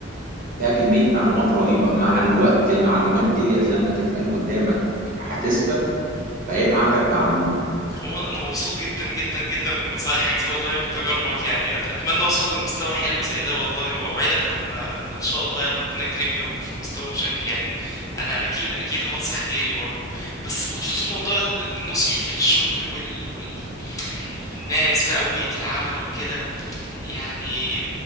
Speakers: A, on the right; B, on the left.
A: فيها كميه معلومات رهيبه مع الوقت المعلومات ديت لما تتقال قدامك هتثبت فيبقى عندك معلومه
B: عموما انا مبسوط جدا جدا جدا من نصايحك دي والله وتجاربك يعني أت... اتمنى اوصل لمستوى حلو زي ده والله واوعدك لما ما ان شاء الله يعني ربنا يكرمني واكون في مستوى مشابه يعني انا اكيد اكيد هنصح غيري برضو بس بخصوص موضوع ال- النصح في الشغل وال... وال... الناس بقى وبيئة العمل وكده يعني